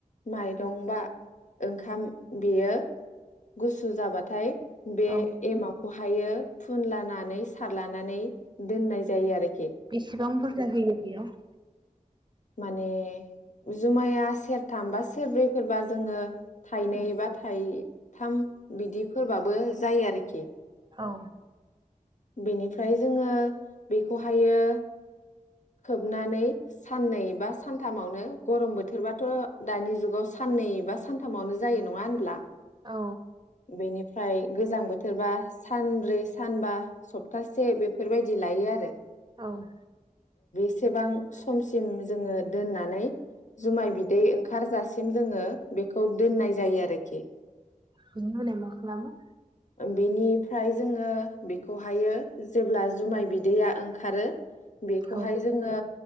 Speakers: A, on the left; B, on the right.
A: माइरं बा ओंखाम। बेयो। गुसु जाबाथाय। बे
B: औ
A: एमाव। खौहायो फुनलानानै सारलानानै दोननाय जायो आरो।
B: बेसेबां बुरजा होयो बेयाव?
A: माने जुमाया सेरथाम बा सेरब्रैफोरबा। जोङो थाइनै बा थाइ थाम बिदिफोरबाबो जायो आरोखि।
B: औ।
A: बेनिफ्राय जोङो बेखौहायो खोबनानै। साननै बा सानथामावनो गरम बोथोरबाथ' दानि जुगाव साननै बा सानथामावनो जायो नङा होनब्ला?
B: औ।
A: बेनिफ्राय गोजां बोथोरबा सानब्रै सानबा सप्तासे बेफोरबायदि लायो आरो।
B: औ।
A: एसेबां समसिम जोङो दोननानै। जुमाय बिदै ओंख खारजासिम जोङो। बेखौ दोननाय जायो आरोखि।
B: बेनि <unintelligible> मा खालामो?
A: ओ-बिनिफ्राय जोङो। बेखौहायो। जेब्ला जुमाय बिदैया ओंखारो। बेखौहाय
B: औ
A: जोङो